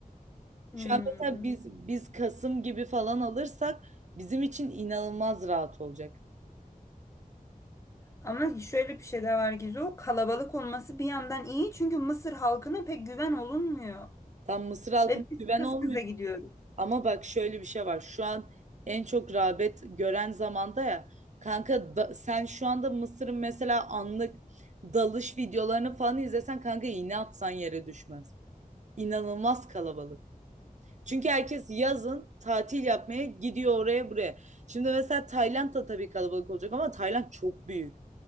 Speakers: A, on the left; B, on the right.
A: Hmm.
B: Şu an mesela biz biz Kasım gibi falan alırsak bizim için inanılmaz rahat olacak.
A: Ama şöyle bir şey de var Gizu. o Kalabalık olması bir yandan iyi çünkü Mısır halkına pek güven olunmuyor.
B: Tam Mısır halkına
A: Ve biz
B: güven
A: kız
B: olmuyor.
A: kıza gidiyoruz.
B: Ama bak şöyle bir şey var. Şu an en çok rağbet gören zamanda ya. Kanka da- sen şu anda Mısır'ın mesela anlık dalış videolarını falan izlesen kanka iğne atsan yere düşmez. İnanılmaz kalabalık. Çünkü herkes yazın tatil yapmaya gidiyor oraya buraya. Şimdi mesela Tayland da tabii kalabalık olacak ama Tayland çok büyük